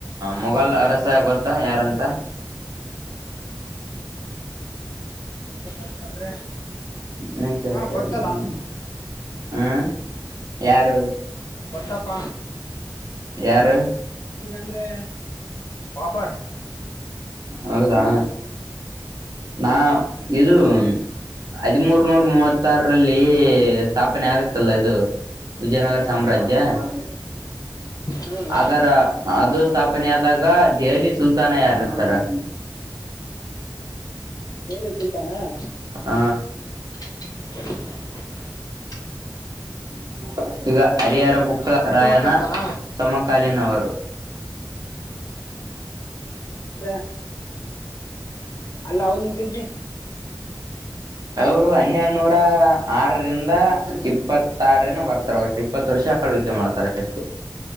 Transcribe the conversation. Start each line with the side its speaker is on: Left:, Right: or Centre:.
Right: ಮೊಘಲ್ ಅರಸ ಗೊತ್ತಾ ಯಾರಂತ.
Left: ಮೊಘಲ್ ಅರಸ ಅಂದ್ರೆ
Right: <unintelligible>
Left: ಹಾ ಗೊತ್ತಲ್ಲ
Right: ಹ್ಮ ಯಾರು.
Left: ಹೊತ್ತಪ್ಪ
Right: ಯಾರ
Left: ಅಂದ್ರೆ ಬಾಬಾರ್
Right: ಹೌದಾ ನಾ ಇದು ಹದಿಮೂರ್ನೂರ ಮೂವತ್ತಾರ ರಲ್ಲಿ ಸ್ಥಾಪನೆ ಆಗುತ್ತಲ್ಲ ಇದು ವಿಜಯನಗರ ಸಾಮ್ರಾಜ್ಯ ಯ
Left: ಹ್ಮ್
Right: ಅದರ ಅದು ಸ್ಥಾ ಸ್ಥಾಪನೆ ಆದಾಗ ದೆಹಲಿ ಸುಲ್ತಾನ ಯಾರದ ಅದಾರ <unintelligible>
Left: ದೆಹಲಿ ಸುಲ್ತಾನ
Right: <unintelligible> ಹ
Left: <inaudible>
Right: <inaudible> ಈಗ ಅರಿಹರ ಪುಕ್ಕರಾಯನ
Left: ಇಲ್ತುಮಸ್ ಇರ್ತಾನ
Right: ಸಮಕಾಲೀನವರು.
Left: ಅಂದ್ರೆ ಅಲ್ಲಾವುದ್ದೀನ್ ಖಿಲ್ಜಿ.
Right: ಅವರು ಹನ್ನೆಡುನೂರ ಆರರಿಂದ ಇಪ್ಪತ್ತಾರನ ಬರ್ತಾರ ಅವರು ಇಪ್ಪತ್ತು ವರ್ಷ ಆಳ್ವಿಕೆ ಮಾಡ್ತಾರಷ್ಟ